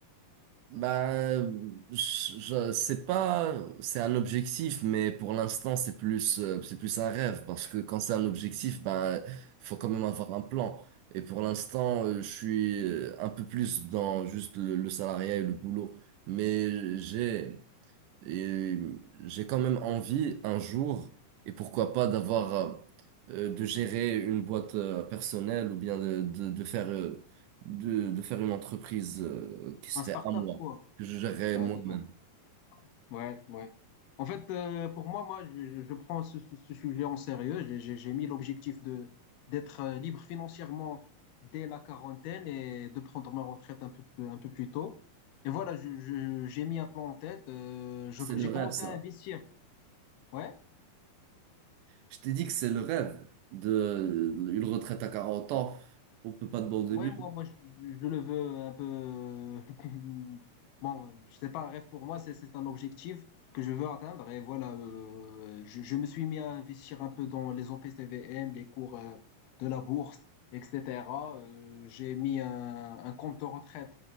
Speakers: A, on the right; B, on the left.
A: Bah, je, je- c'est pas, c'est un objectif, mais pour l'instant, c'est plus, euh, c'est plus un rêve, parce que quand c'est un objectif, bah, faut quand même avoir un plan. Et pour l'instant, euh, je suis euh, un peu plus dans juste le, le salariat et le boulot, mais j'ai, et j'ai quand même envie un jour, et pourquoi pas d'avoir, euh, euh, de gérer une boîte euh, personnelle ou bien de, de, de faire, euh, de, de faire une entreprise euh, qui serait
B: Un start-up,
A: à moi,
B: quoi.
A: que je gérerais
B: Ah,
A: moi-même.
B: d'accord. Ouais, ouais. En fait, euh, pour moi, moi, je, je prends ce, ce- ce sujet en sérieux. J'ai, j'ai- j'ai mis l'objectif de d'être euh, libre financièrement dès la quarantaine et de prendre ma retraite un peu plus, un peu plus tôt. Et voilà, je- je- j'ai mis un plan en tête. Euh, je-
A: C'est le
B: j'ai
A: rêve,
B: commencé
A: ça.
B: à investir. Ouais.
A: Je t'ai dit que c'est le rêve de une retraite à 40 ans. On peut pas de bon début.
B: Ouais, moi, moi, je, je le veux un peu. <laughs> Bon, je sais pas, un rêve pour moi, c'est c'est un objectif que je veux atteindre. Et voilà, euh, je, je me suis mis à investir un peu dans les OPCVM, les cours euh, de la bourse, etc. Euh, j'ai mis un, un compte de retraite,